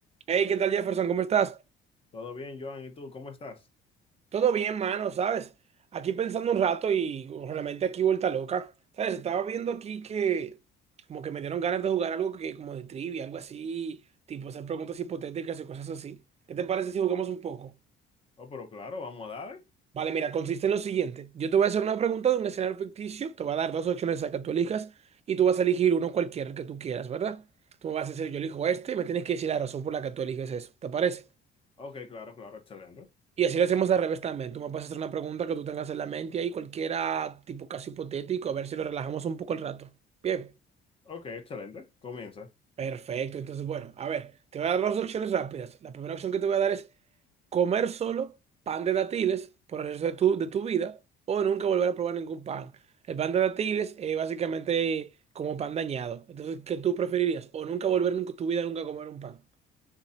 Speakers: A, on the right; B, on the left.
A: Hey, ¿qué tal Jefferson? ¿Cómo estás?
B: Todo bien, Joan, ¿y tú cómo estás?
A: Todo bien, mano, ¿sabes? Aquí pensando un rato y realmente aquí vuelta loca. ¿Sabes? Estaba viendo aquí que como que me dieron ganas de jugar algo que como de trivia, algo así, tipo hacer preguntas hipotéticas y cosas así. ¿Qué te parece si jugamos un poco?
B: Oh, pero claro, vamos a dar.
A: Vale, mira, consiste en lo siguiente. Yo te voy a hacer una pregunta de un escenario ficticio, te voy a dar dos opciones a que tú elijas y tú vas a elegir uno cualquiera que tú quieras, ¿verdad? Tú me vas a decir, yo elijo este y me tienes que decir la razón por la que tú eliges eso. ¿Te parece?
B: Ok, claro, claro, excelente.
A: Y así lo hacemos al revés también. Tú me puedes hacer una pregunta que tú tengas en la mente ahí, cualquiera tipo casi hipotético, a ver si lo relajamos un poco el rato. Bien,
B: Ok, excelente. Comienza.
A: perfecto. Entonces, bueno, a ver, te voy a dar dos opciones rápidas. La primera opción que te voy a dar es comer solo pan de dátiles por el resto de tu, de tu vida o nunca volver a probar ningún pan. El pan de dátiles es básicamente como pan dañado. Entonces, ¿qué tú preferirías? O nunca volver en tu vida nunca a comer un pan.